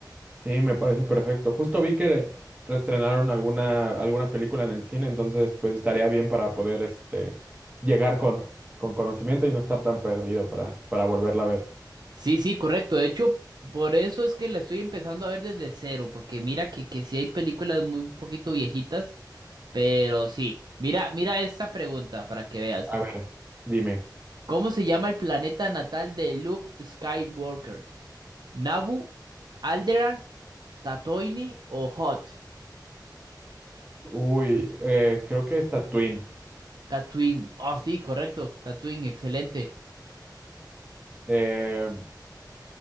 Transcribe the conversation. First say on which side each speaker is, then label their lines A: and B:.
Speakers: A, on the right; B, on the right.
A: Sí, me parece perfecto. Justo vi que reestrenaron alguna, alguna película en el cine, entonces pues estaría bien para poder este, llegar con, con conocimiento y no estar tan perdido para, para volverla a ver.
B: Sí, sí, correcto. De hecho, por eso es que la estoy empezando a ver desde cero, porque mira que, que sí hay películas muy un poquito viejitas. Pero sí, mira, mira esta pregunta para que veas.
A: A ver, dime.
B: ¿Cómo se llama el planeta natal de Luke Skywalker? ¿Nabu, Alderaan, Tatooine o Hot?
A: Uy, eh, creo que está Twin.
B: Tatooine. Oh, sí, correcto. Tatooine, excelente.
A: Eh,